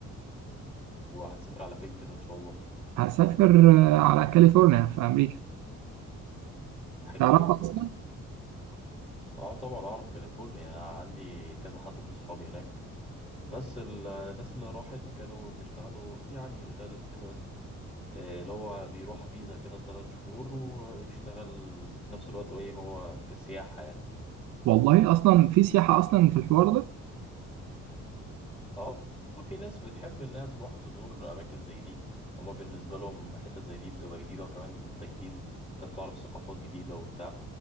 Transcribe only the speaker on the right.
هسافر آه على كاليفورنيا في امريكا
تعرف
اصلا
والله اصلا في سياحه اصلا في الحوار ده